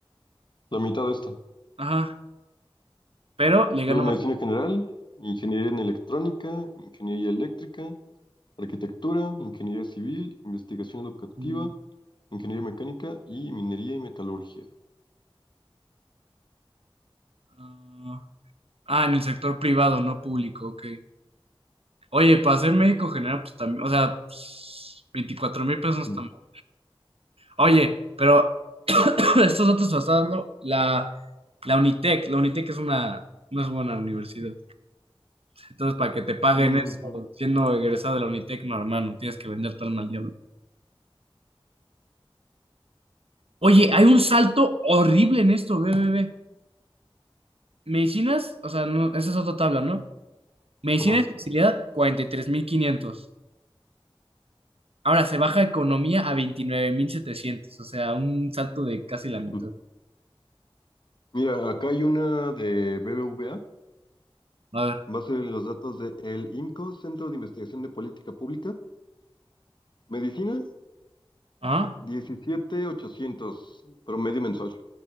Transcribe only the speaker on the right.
Ajá. Pero le gano
más.
Mm,
ah, ah, en el sector privado, no público, ok. Oye, para ser médico general, pues también, o sea, veinticuatro mil pesos
también Oye, pero <clears throat> estos datos los está dando la, la Unitec. La Unitec es una, no es buena universidad. Entonces, para que te paguen
eso,
siendo egresado de la Unitec, no, hermano, tienes que vender tu alma al diablo. Oye, hay un salto horrible en esto, ve ve ve Medicinas, o sea, no, esa es otra tabla, ¿no? Medicina
especialidad, 43.500. Ahora se baja economía a 29.700, o sea, un salto de casi la mitad.
A ver,
ajá.